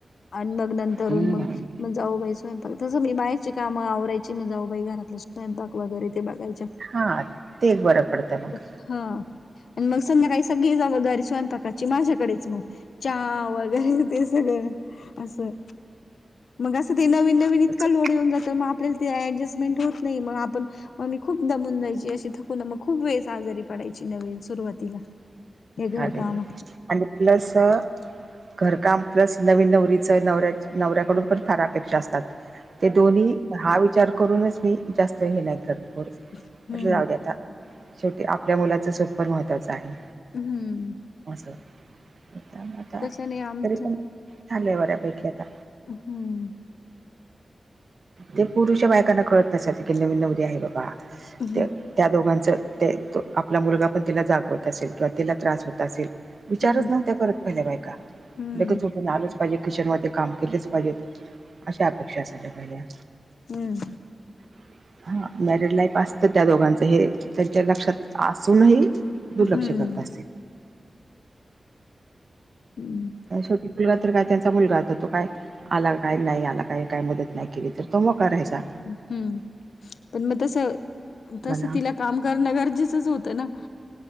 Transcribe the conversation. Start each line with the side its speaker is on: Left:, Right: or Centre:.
Left: आणि मग नंतरून
Right: हं.
Left: मग मग जाऊबाई स्वयंपाक मी बाहेरची काम आवरायची मी जाऊ बाई घरातला स्वयंपाक वगैरे ते बघायच्या
Right: हा ते एक बरं पडतं मग
Left: हा आणि मग संध्याकाळी काही सगळी जबाबदारी स्वयंपाक संध्याकाळची माझ्याकडेच मग चहा वगैरे ते सगळं असं मग असं ते नवीन नवीन इतका
Right: तसं.
Left: लोड येऊन जातो मग आपल्याला ते ॲडजस्टमेंट होत नाही मग आपण मग मी खूप दमून जायची अशी थकून मग खूप वेळेस आजारी पडायची नवीन सुरुवातीला ते घर
Right: अरे!
Left: कामात
Right: आणि प्लस घरकाम प्लस नवीन नवरीचं नवऱ्या नवऱ्याकडून पण फार अपेक्षा असतात ते दोन्ही हा विचार करूनच मी जास्त हे नाही करत फोर्स
Left: हम्म
Right: म्हटंल जावुद्या आता शेवटी आपल्या मुलाचं सुख पण महत्त्वाचं आहे.
Left: हं
Right: आता
Left: तसं
Right: तरी
Left: नाही आमचं
Right: पण चालंय बऱ्यापैकी आता
Left: हम्म
Right: ते पुर्वीच्या बायकांना कळत नसते की नवीन नवरी आहे बाबा
Left: हम्म
Right: ती त्या दोघांच ते आपला मुलगा पण तिला जागवत असेल किंवा तिला त्रास होत असेल विचारच
Left: हम्म
Right: नव्हत्या करत पहिल्या बायका
Left: हम्म
Right: लगेच उठून आलंच पाहिजे किचनमध्ये काम केलंच पाहिजेत. अशा अपेक्षा असाच्या पहिल्या
Left: हं
Right: ह <unintelligible> हा मॅरिड लाईफ असतं त्या दोघांचं हे त्यांच्या लक्षात असूनही दुर्लक्ष
Left: हम्म
Right: करत असेल
Left: हम्म
Right: छोटी मुलगा तर काय त्यांचा मुलगा आता तो काय आला काय नाही आला काय काय मदत नाही केली तर तो मग कारायचा
Left: हम्म पण मग तस
Right: म्हणा
Left: तस तिला काम करणं गरजेचंच होतं ना